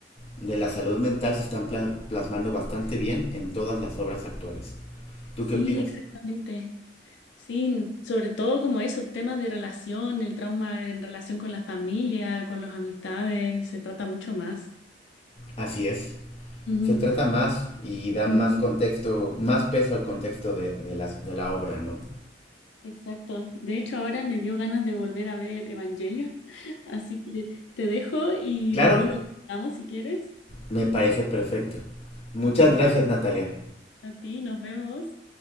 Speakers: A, on the left (about 35°); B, on the left (about 80°).
A: de la salud mental se están pla- plasmando bastante bien en todas las obras actuales. ¿Tú
B: Sí,
A: qué opinas?
B: exactamente. Sí, n- sobre todo como eso, temas de relación, el trauma en relación con la familia, con las amistades, se trata mucho más.
A: Así es.
B: Ujú,
A: Se trata más y dan
B: ujú,
A: más contexto, más peso al contexto de, de las- de la obra, ¿no?
B: Exacto. De hecho, ahora me dio ganas de volver a ver Evangelion, <laughs> así que te dejo y
A: Claro,
B: después lo contamos si quieres.
A: me parece perfecto. Muchas
B: Genial.
A: gracias, Natalia.
B: A ti, nos vemos.